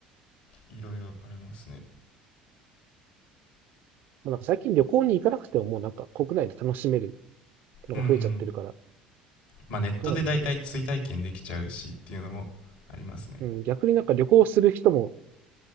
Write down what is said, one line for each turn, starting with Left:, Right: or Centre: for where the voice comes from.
Left: いろいろありますね
Right: まあ、なんか最近旅行に行かなくてももうなんか国内で楽しめるのが増えちゃってるから、
Left: うんまあネットでだいたい追体験できちゃうしっていうのもありますね
Right: そうなんですよ、ね。なんかうん、逆になんか旅行する人も